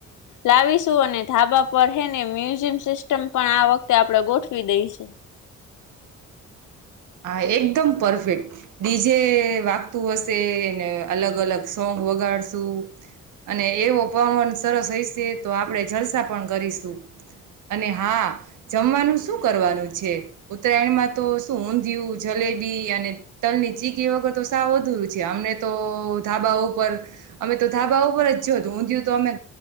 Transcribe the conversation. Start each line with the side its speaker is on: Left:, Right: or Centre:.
Left: લાવીશું અને ધાબા પણ હે ને મ્યુઝિયમ સિસ્ટ પણ આ વખતે આપણે ગોઠવી દઈશું
Right: હા એકદમ પરફેક્ટ ડીજે વાગતું હશેને અલગ અલગ સોંગ વગાડશું અને એવો પવન સરસ હશે તો આપણે જલસા પણ કરીશું અને હા જમવાનું શું કરવાનું છે ઉત્તરાયણમાં તો શું ઊ ઊંધિયું જલેબી અને તલ ની ચીકી વગર તો સાવ અધુરું છે અમને તો ધાબા ઉપર અમે તો ધાબા ઉપર જ જોત ઊંધિયું તો અમે